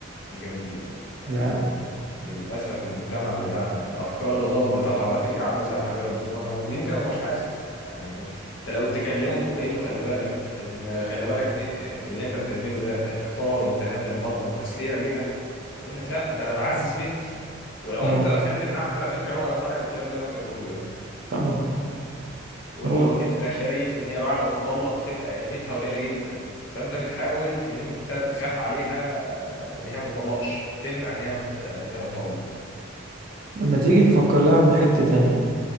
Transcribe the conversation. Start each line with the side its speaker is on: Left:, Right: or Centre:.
Left: جميل جدا يعني
Right: يعني
Left: يعني للأسف المجتمع بتاعنا الأفكار الغلط بتاعته على فكرة عاملة زي أحجار الضومنة ويمكن هو مش حاسس يعني أنت لو تكلمه تقوم قايل له خلي بالك إن خلي بالك إن اللي أنت بتعمله ده احتقار وامتهان للمرأة وتسليع ليها هيقول لك لا ده أنا بعزز بنتي ولو
Right: اه
Left: أنت دخلت معاه على فكرة هو يقتنع بالكلام اللي أنا وأنت بنقوله ده
Right: طبعا
Left: تقول
Right: هو
Left: له انت شايف ان هي بعد ما تطلق هتبقى قيمتها قليله جدا فانت بتحاول ان انت تخاف عليها آه، ان هي ما تطلقش تمنع ان هي ما تط- ان هي تطلق
Right: لما تيجي نفكر لها من حتة تانية